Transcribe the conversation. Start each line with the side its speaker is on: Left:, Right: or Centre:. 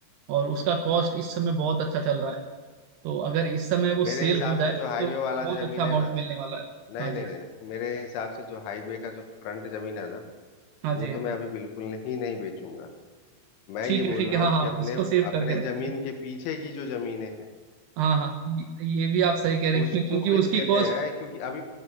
Right: और उसका कॉस्ट इस समय बहुत अच्छा चल रहा है तो अगर इस समय वो
Left: मेरे
Right: सेल
Left: हिसाब
Right: हो जाए
Left: से जो हाईवे
Right: तो
Left: वाला
Right: बहुत
Left: जमीन
Right: अच्छा अमाउंट
Left: है ना
Right: मिलने वाला है
Left: नहीं
Right: हाँ
Left: नहीं
Right: जी
Left: नहीं नहीं, मेरे हिसाब से जो हाईवे का जो फ्रंट जमीन है ना
Right: हाँ जी
Left: वो
Right: हाँ।
Left: तो मैं अभी बिल्कुल नहीं नहीं बेचूंगा मैं
Right: ठीक
Left: ये
Right: है ठीक
Left: बोल रहा
Right: है हाँ
Left: हूँ
Right: हाँ
Left: कि अपने
Right: उसको सेव
Left: अपने
Right: करके रखेंगे
Left: जमीन के पीछे की जो जमीनें हैं
Right: हाँ हाँ ये, ये भी आप सही कह रहे हैं
Left: उसको
Right: क्यों क्योंकि उसकी
Left: भी लेते
Right: कॉस्ट
Left: हैं क्योंकि अभी